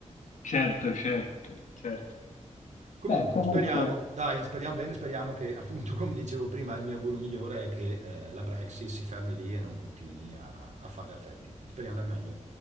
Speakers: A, on the left (about 85°); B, on the right (about 70°).
A: Certo, certo, certo.
B: Comunque,
A: Beh, comunque.
B: speriamo, dai, speriamo bene, speriamo che appunto, come dicevo prima, il mio augurio migliore è che eh, la Brexit si fermi lì e non continui a a fare effetti. Speriamo nel meglio.